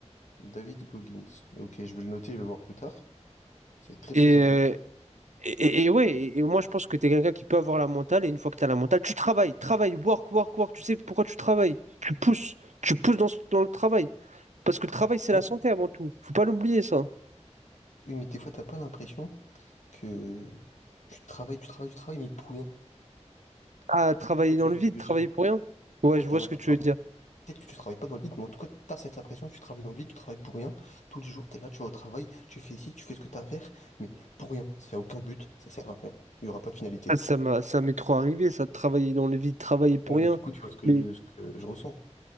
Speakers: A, on the left; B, on the right.
A: David Goggins. Ok, je vais le noter, je vais voir plus tard. C'est très
B: Et,
A: très intéressant.
B: euh, et, et ouais, et, et moi je pense que tu es quelqu'un qui peut avoir la mentale, et une fois que tu as la mentale, tu travailles, travailles, work, work, work, tu sais pourquoi tu travailles. Tu pousses, tu pousses dans, ce- dans le travail. Parce que le travail, c'est
A: Oui.
B: la santé avant tout. Faut pas l'oublier, ça.
A: Une, des fois, t'as pas l'impression. que tu travailles, tu travailles, tu travailles, mais pour rien.
B: Ah, travailler
A: Et tu
B: dans
A: vois
B: le
A: ce
B: vide,
A: que je veux
B: travailler
A: dire?
B: pour rien. Ouais,
A: Ouais,
B: je
A: t'as
B: vois
A: l'im-
B: ce que tu
A: enfin,
B: veux dire.
A: peut-être que tu travailles pas dans le vide, mais en tout cas, tu as cette impression que tu travailles dans le vide, tu travailles pour rien. Tous les jours, tu es là, tu vas au travail, tu fais ici, tu fais ce que tu as à faire, mais pour rien. Ça n'a aucun but, ça sert à rien. Il n'y aura pas de finalité.
B: Ah, ça m'a, ça m'est trop arrivé, ça, de travailler dans le vide, travailler pour
A: Ouais,
B: rien.
A: mais du coup, tu vois ce que
B: Mais
A: je, ce que je ressens.